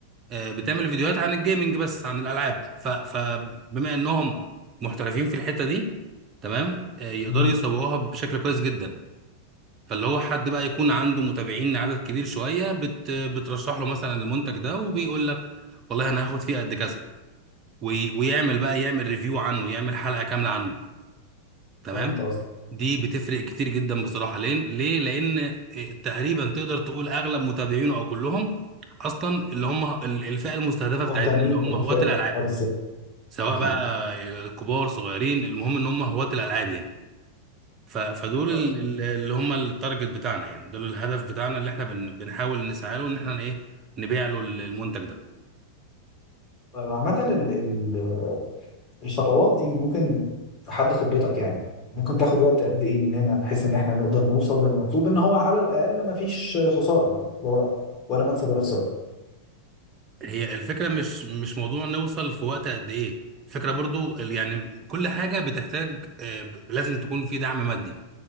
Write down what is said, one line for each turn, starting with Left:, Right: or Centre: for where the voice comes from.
Right: آه، بتعمل فيديوهات عن الجيمنج بس عن الالعاب ف... فبما انهم محترفين في الحتة دي تمام آه، يقدروا
Left: مم.
Right: يسوقوها بشكل كويس جدا فاللي هو حد بقى يكون عنده متابعين عدد كبير شوية بت... بترشح له مثلا المنتج ده وبيقول لك والله انا هاخد فيه قد كذا وي... ويعمل بقى يعمل ريفيو عنه يعمل حلقة كاملة عنه تمام
Left: فهمت قصدك
Right: دي بتفرق كتير جدا بصراحة ليه ليه لان آه، تقريبا تقدر تقول اغلب متابعينه او كلهم اصلا اللي هم ال- الفئة المستهدفة
Left: مهتمين
Right: بتاعتنا اللي هم
Left: بالفئه
Right: هواة الالعاب
Left: دي. اه بالظبط
Right: سواء
Left: اكيد
Right: بقى كبار صغيرين المهم ان هم هواة الالعاب يعني ف- فدول
Left: طب
Right: ال- ال- اللي هم التارجت بتاعنا يعني دول الهدف بتاعنا اللي احنا بن- بنحاول نسعى له ان احنا ايه نبيع له ال- المنتج ده
Left: طيب عامه ال- ال- الخطوات دي ممكن في حد خبرتك يعني ممكن تاخد وقت قد ايه مننا بحيث ان احنا نقدر نوصل للمطلوب ان هو على الاقل ما فيش خساره يعني اللي هو ولا مكسب ولا خساره
Right: هي الفكره مش مش موضوع نوصل في وقت قد ايه فكره برضو ال- يعني كل حاجه بتحتاج آه، ب- لازم تكون في دعم مادي